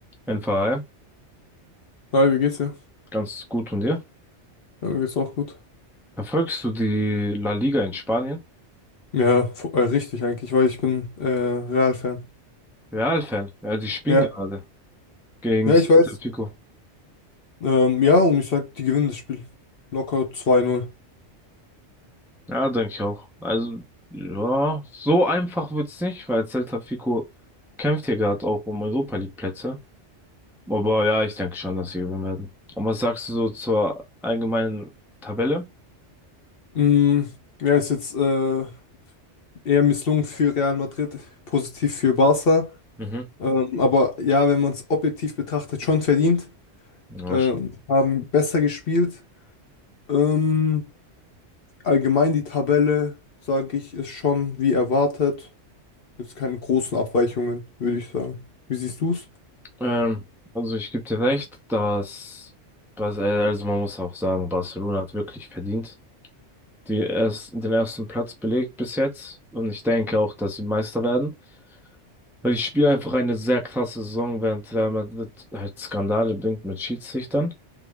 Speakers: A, in the centre; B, on the left (about 55°).
A: NVA,
B: Hi, wie geht's dir?
A: ganz gut und dir?
B: Ja, mir geht's auch gut.
A: Verfolgst du die La Liga in Spanien?
B: Ja, fu- äh, richtig eigentlich, weil ich bin äh, Real-Fan.
A: Real-Fan, ja, die spielen
B: Ja,
A: gerade gegen
B: ja,
A: Celta
B: ich weiß.
A: Vigo.
B: Ähm, ja, und ich sag, die gewinnen das Spiel. Locker 2-0.
A: Ja, denke ich auch. Also, ja, so einfach wird's nicht, weil Celta Vigo kämpft hier gerade auch um Europa League Plätze. Aber ja, ich denke schon, dass sie gewinnen werden. Und was sagst du so zur allgemeinen Tabelle?
B: Mm, ja, ist jetzt äh, eher misslungen für Real Madrid, positiv für Barca.
A: Mhm.
B: Ähm, aber ja, wenn man es objektiv betrachtet, schon verdient.
A: Ja,
B: Ähm,
A: sch-
B: haben besser gespielt. Ähm, allgemein die Tabelle, sage ich, ist schon wie erwartet. Gibt es keine großen Abweichungen, würde ich sagen. Wie siehst du es?
A: Ähm, also ich gebe dir recht, dass, Bas- äh, also man muss auch sagen, Barcelona hat wirklich verdient. die erst, den ersten Platz belegt bis jetzt. Und ich denke auch, dass sie Meister werden. Weil ich spiele einfach eine sehr krasse Saison, während Real Madrid halt Skandale bringt mit Schiedsrichtern.